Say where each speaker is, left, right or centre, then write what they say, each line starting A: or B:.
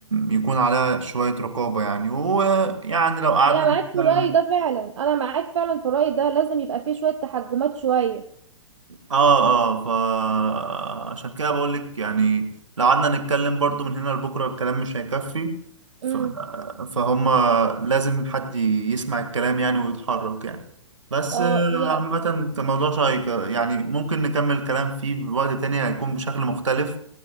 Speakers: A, on the right; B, on the right.
A: يكون عليها شوية رقابة يعني ويعني لو قعدنا
B: أنا
A: نتكلم
B: معاك في الرأي ده فعلا أنا معاك فعلا في الرأي ده لازم يبقى فيه شوية تحجمات شوية
A: اه اه فعشان كده بقول لك يعني لو قعدنا نتكلم برضو من هنا لبكره الكلام مش هيكفي ف...
B: امم
A: فهم لازم حد يسمع الكلام يعني ويتحرك يعني بس
B: اه
A: آه،
B: يا
A: عامة الموضوع شيق يعني ممكن نكمل الكلام فيه بوقت تاني هيكون بشكل مختلف